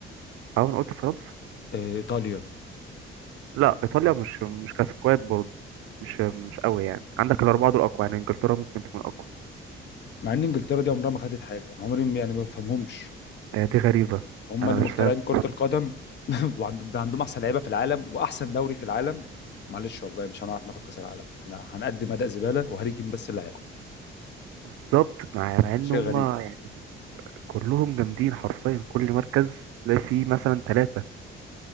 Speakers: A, on the right; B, on the left.
A: أه أنا قلت فرنسا
B: آه، ايطاليا
A: لا إيطاليا مش مش كسكواد برضو مش مش قوي يعني عندك الأربعة دول أقوى يعني إنجلترا ممكن تكون أقوى
B: مع ان انجلترا دي عمرها ما خدت حاجه عمري ما- يعني ما بفهمهمش
A: آه، دي غريبة
B: هم
A: أنا
B: اللي
A: مش
B: مخترعين
A: فاهم
B: كره القدم <laughs> وعندهم عندهم احسن لعيبه في العالم واحسن دوري في العالم معلش والله مش هنعرف ناخد كاس العالم احنا هنقدم اداء زباله وهاري كين بس اللي هيلعب
A: بالظبط مع مع إن
B: شيء
A: هما
B: غريب
A: يعني كلهم جامدين حرفيا كل مركز تلاقي فيه مثلا ثلاثة